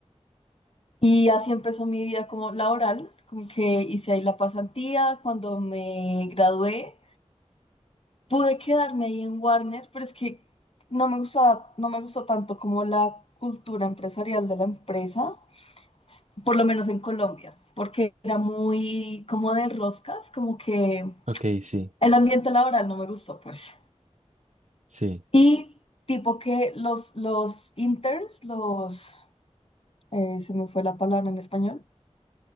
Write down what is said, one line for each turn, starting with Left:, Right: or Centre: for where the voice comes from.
Left: Y así empezó mi vida como laboral, como que hice ahí la pasantía. Cuando me gradué, Pude quedarme ahí en Warner, pero es que no me gustaba, no me gustó tanto como la cultura empresarial de la empresa, por lo menos en Colombia, porque era muy como de roscas, como que
Right: Ok, sí,
Left: el ambiente laboral no me gustó, pues.
Right: sí,
Left: Y tipo que los, los interns, los, eh, se me fue la palabra en español.